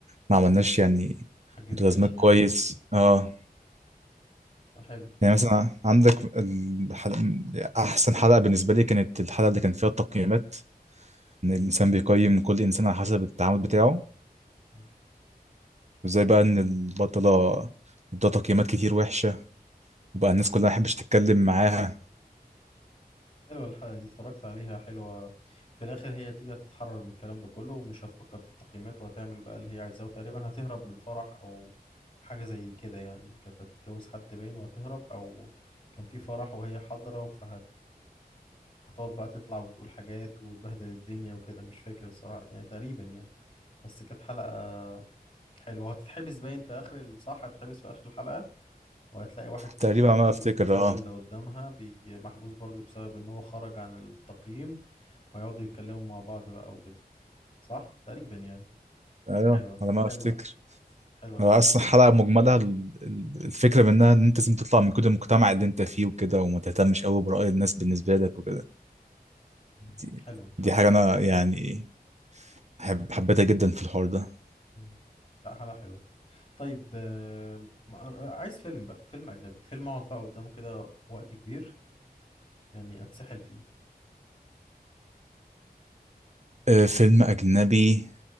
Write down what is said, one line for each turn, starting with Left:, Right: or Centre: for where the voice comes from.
Right: ما عملناش يعني
Left: عجبنيهاش
Right: متلازمات
Left: يعني
Right: كويس
Left: أو كده
Right: اه
Left: مم. حلو
Right: يعني مثلا عندك الحلقة احسن حلقة بالنسبة لي كانت الحلقة اللي كان فيها التقييمات
Left: تمام
Right: ان الانسان بيقيم كل انسان على حسب التعامل بتاعه
Left: مم.
Right: وازاي بقى
Left: حلو-
Right: ان البطلة ادوها تقييمات كتير وحشة وبقى الناس كلها ما حبش تتكلم معاها
Left: حلوة الحلقة دي اتفرجت عليها حلوة في الآخر هي تيجي هتتحرر من الكلام ده كله ومش هتفكر في التقييمات وهتعمل بقى اللي هي عايزاه وتقريبا هتهرب من الفرح أو حاجة زي كده يعني كانت هتتجوز حد باين وهتهرب أو كان في فرح وهي حاضرة فهت هتقعد بقى تطلع وتقول حاجات وتبهدل الدنيا وكده مش فاكر الصراحة يعني تقريبا يعني بس كانت حلقة حلوة هتتحبس باين في آخر ال- صح هتتحبس في آخر الحلقة وهتلاقي واحد تاني
Right: تقريبا
Left: برضه
Right: على ما
Left: في
Right: افتكر
Left: الزنزانة
Right: اه
Left: اللي قدامها بي- محبوس برضه بسبب إن هو خرج عن التقييم ويقعدوا يتكلموا مع بعض بقى وكده صح تقريبا يعني
Right: ايوه
Left: حلوة
Right: على ما
Left: حلوة
Right: افتكر
Left: حلوة الحلقة
Right: اصلا
Left: دي.
Right: الحلقه مجملها ال- ال- الفكره منها ان انت لازم تطلع من كل المجتمع اللي انت فيه وكده وما تهتمش قوي براي الناس بالنسبه لك وكده
Left: مم.
Right: دي,
Left: حلوة حلقة
Right: دي حاجه
Left: كويسة
Right: انا يعني حب حبيتها جدا في الحوار ده
Left: مم. لا حلقة حلوة طيب آم، ما- عايز فيلم بقى فيلم أجنبي فيلم أقعد بقى قدامه كده وقت كبير يعني اتسحل فيه
Right: آه، فيلم اجنبي